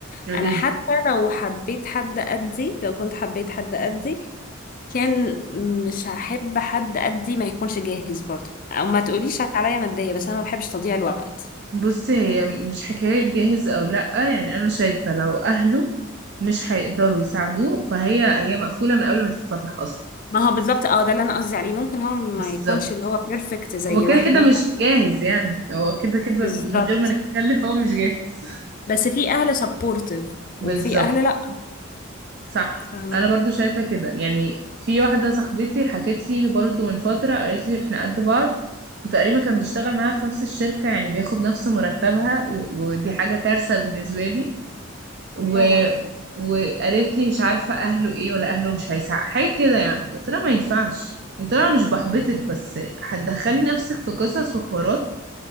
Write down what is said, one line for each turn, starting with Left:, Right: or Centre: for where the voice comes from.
Right: قوليلي
Left: انا حتى لو حبيت حد قدي لو كنت حبيت حد قدي كان مش هحب حد قدي ما يكونش جاهز برضو او ما تقوليش عليا مادية بس انا ما بحبش تضييع الوقت
Right: بصي هي مش حكاية جاهز أو لأ يعني أنا شايفة لو أهله مش هيقدروا يساعدوه فهي هي مقفولة من قبل ما تتفتح أصلا
Left: ما هو بالظبط اه ده اللي انا قصدي عليه ممكن هو ما
Right: بالظبط
Left: يكونش اللي هو بيرفكت زي
Right: هو كده
Left: واحد
Right: كده
Left: مثلا
Right: مش جاهز يعني هو كده كده
Left: بالظبط
Right: من غير ما نتكلم هو مش جاهز
Left: بس في اهل سبورتيف
Right: <laughs> بالظبط
Left: وفي اهل لا
Right: صح
Left: فاهمين
Right: انا برضو شايفة كده يعني في واحدة صاحبتي حكت لي برضو من فترة قالت لي احنا قد بعض وتقريبا كان بيشتغل معاها في نفس الشركة يعني بياخد نفس مرتبها و- ودي حاجة كارثة بالنسبة لي و...
Left: طبعا
Right: وقالت لي مش عارفة اهله ايه ولا اهله مش هيساعد حاجة كده يعني قلت لها ما ينفعش قلت لها مش بحبطك بس هتدخلي نفسك في قصص وحوارات